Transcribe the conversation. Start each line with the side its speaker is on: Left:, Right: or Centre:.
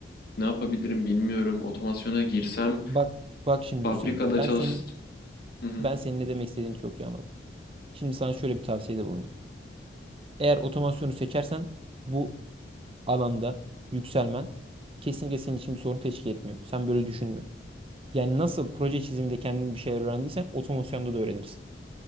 Left: Ne yapabilirim bilmiyorum. Otomasyona girsem
Right: Bak bak şimdi
Left: fabrikada
Right: Hüseyin. Ben
Left: çalış...
Right: senin
Left: Hı hı.
Right: ben senin ne demek istediğini çok iyi anladım. Şimdi sana şöyle bir tavsiyede bulunayım. Eğer otomasyonu seçersen bu alanda yükselmen kesinlikle senin için bir sorun teşkil etmiyor. Sen böyle düşünme. Yani nasıl proje çiziminde kendin bir şeyler öğrendiysen otomasyonda da öğrenirsin.